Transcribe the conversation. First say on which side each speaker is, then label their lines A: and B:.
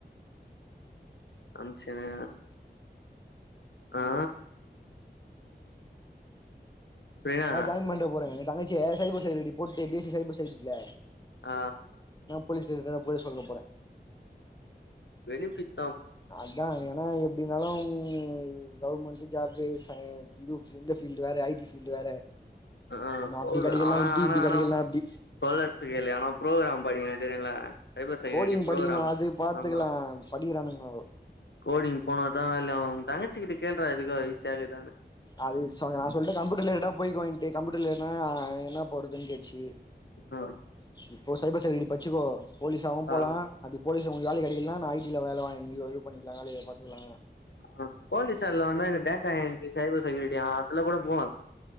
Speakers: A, on the left; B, on the left.
A: அம்சின்னு ஆ பிரீனா
B: தா ஜாயின் பண்ற போறங்க ஏ தங்கச்ச சைபர் செக்யூரட்டி போட்டு பி எஸ் சி சைபர் செக்யூரட்டில்ல
A: ஆ
B: போலீஸ் ஸ்டாஷன்லா போய் சொல்லற போறே
A: வெரிவிக்
B: அதா ஏன்னா இப் எப்டின்னாலும் கவுர்மெண்ட்டு ஜாப்பு ச இது இந்த ஃபீல்டு வேரே ஐ டி ஃபீல்டு வேற
A: ஆ
B: ஒன்னு
A: போடு
B: அப்டி கெடைக்கலனா
A: ஆனா
B: இப்டி
A: ஆனா
B: இப்டி
A: ஆனா
B: கெடைக்கலனா அப்டி
A: சொல்லறதுக்கு இல்லைய ஆனா பு்ரோக்ராம் படிங்க தெரியுல்ல சைபர் செக்யூரிட்டி
B: கோடிங்
A: ப்ரோக்ராம்
B: படிக்கணு அது பாத்துக்கலா
A: ஆமா
B: படிக்கிறானுங்கோ
A: கோடிங் போனா தா வேல ஆகு உ தங்கச்சி கிட்ட கேள்றா எதுக்கு ஈஸியாருக்கானு
B: அது சொ நா சொல்ட்ட கம்ப்யூட்டர் ரிலேடடா போய்க்கோயின்டு கம்ப்யூட்டர் ரிலேட்டேடுனா என்ன போறதுன் கேட்ச்சு
A: ஆ
B: இப்போ சைபர் செக்யுரிடி படிசுக்கோ போலீஸ் ஆவு போலா
A: ஆ
B: அப்டி போலீஸ் வேல கெடைக்கலினா நா ஐடில வேல வாங்கி அது பண்ணிக்லா வேல பாத்துக்ல
A: அ போலீஸ் ஆயிட்லா இல்லனா டேட்டா என்ட்ரி சைபர் செக்யூரிட்டி அதுல கூட போலா